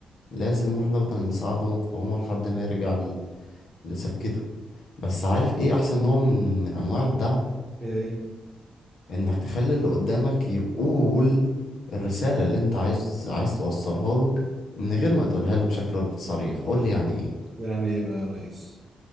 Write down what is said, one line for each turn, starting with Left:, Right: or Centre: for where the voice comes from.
Left: لازم ان احنا نفضل نساعده ونقومه لحد ما يرجع ل- لسكته بس عارف ايه احسن نوع من من انواع الدعم
Right: ايه
Left: انك تخلي اللي قدامك يقول الرسالة اللي انت عايز عايز توصلها له من غير ما تقولها له بشكل صريح قول لي يعني ايه
Right: يعني ايه بقى يا ريس